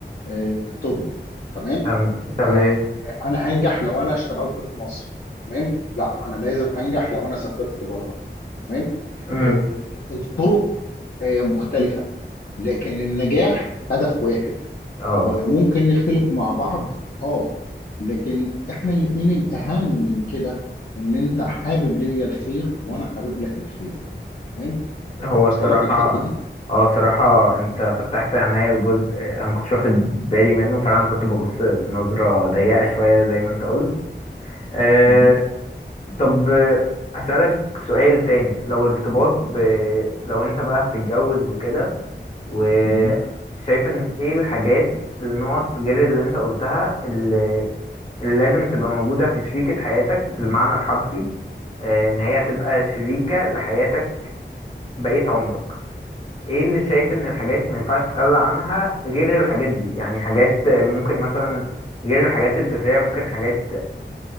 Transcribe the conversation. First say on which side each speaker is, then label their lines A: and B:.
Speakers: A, on the left (about 55°); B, on the left (about 35°).
A: آه طب تمام
B: تم- تمام
A: آه، انا هنجح لو انا اشتغلت في مصر تمام لا انا لازم هنجح لو انا سافرت بره تمام
B: امم
A: آه، الطرق آه، مختلفة لكن النجاح هدف واحد
B: اه
A: آه، ممكن نختلف مع بعض اه لكن احنا الاتنين الاهم من كده ان انت حابب ليا الخير وانا حابب لك الخير تمام
B: هو
A: واصله
B: الصراحة
A: لك الحتة دي
B: اه الصراحة انت فتحت عينيا الجزء انا ما كنتش واخد بالي منه فعلا كنت ببص بنظرة ضيقة شوية زي ما انت قلت آه
A: مهم.
B: طب آه، هسألك سؤال تاني لو ارتباط ب... لو انت بقى هتتجوز وكده وشايف
A: مهم.
B: ان ايه الحاجات النقط غير اللي انت قلتها اللي, اللي لازم تبقى موجودة في شريكة حياتك بالمعنى الحرفي آه ان هي هتبقى شريكة لحياتك بقية عمرك ايه اللي شايف ان الحاجات ما ينفعش تتخلى عنها غير الحاجات دي يعني حاجات آه، ممكن مثلا غير الحاجات الفكرية ممكن حاجات